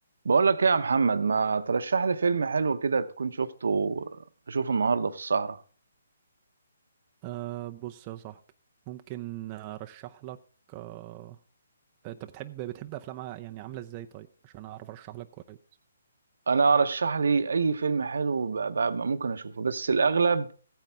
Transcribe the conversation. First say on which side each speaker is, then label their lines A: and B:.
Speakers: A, on the right; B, on the right.
A: بقول لك ايه يا محمد ما ترشح لي فيلم حلو كده تكون شفته اشوفه النهارده في السهرة
B: أه بص يا صاحبي ممكن ارشح لك أه انت بتحب بتحب افلام ع- يعني عامله ازاي طيب عشان اعرف ارشح لك كويس
A: انا ارشح لي اي فيلم حلو ب- ب- ممكن اشوفه بس الاغلب